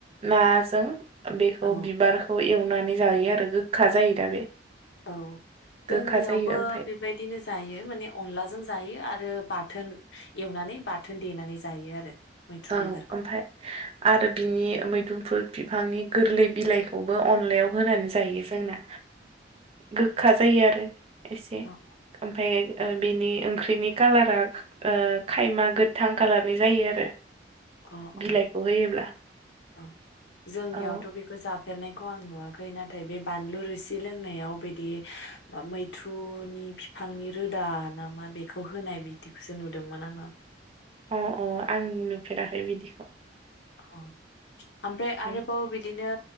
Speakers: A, on the right (about 30°); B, on the left (about 70°).
A: नाजों बेखौ
B: औ
A: बिबारखौ एवना सुनानै जायो आरो गोखा जायो दा बे।
B: औ
A: गोखा
B: जोंनियावबो
A: जायो ओमफाय
B: बेबायदिनो जायो माने अनलाजों जायो आरो बाथोन एवनानै बाथोन देनानै जायो आरो। मैथ्रु
A: औ
B: बिबारखौ
A: ओमफ्राय आरो बिनि मैदुफुल बिफांनि गोरलै बिलाइखौबो अनलायाव होनानै जायो जोंना। गोखा जायो आरो एसे
B: अ
A: ओमफायो ओ बिनि ओंख्रिनि कालारा ओ खायमा गोथां खालारनि जायो आरो
B: अ
A: बिलाइखौ
B: अ
A: होयोब्ला
B: औ जोंनियावथ'
A: औ
B: बेखौ जा फेरनायखौ आं नुवाखै नाथाय बे बानलु रोसि लोंनायाव बिदि ओ मैथ्रुनि फिफांनि रोदा नामा बेखौ होनाय बिदिखौसो नुदोंमोन आङो।
A: अ अ। आं नुफेराखै बिदिखौ।
B: <unintelligible> आमफ्राय आरोबाव
A: औ
B: बिदिनो